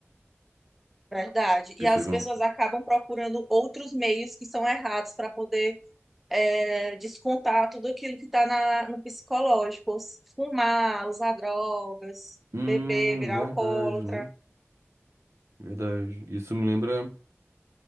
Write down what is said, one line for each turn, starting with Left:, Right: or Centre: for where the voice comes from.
Centre: Verdade. E
Right: Pessoas
Centre: as
Right: vão.
Centre: pessoas acabam procurando outros meios que são errados para poder é, descontar tudo aquilo que está no psicológico. Fumar, usar drogas,
Right: Hum,
Centre: beber, virar
Right: verdade,
Centre: alcoólatra.
Right: né? Verdade. Isso me lembra.